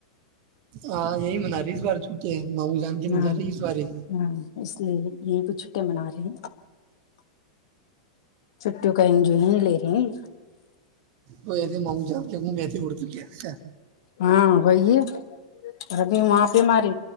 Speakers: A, on the right; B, on the left.
A: ہاں یہی منالی اس بار چھوٹی ہے ما وہو جان کے نہیں
B: ہاں
A: جا رہی اس بارے
B: ہاں اس لیے یہ بھی چھٹی منا رہے ہیں چھٹیوں کا جو یہ لے رہے ہیں
A: وہ یہ تھے م جا میںے اڑتی کیاا
B: ہاں وہی ہے اور ابھی وہاں پہ ہمارے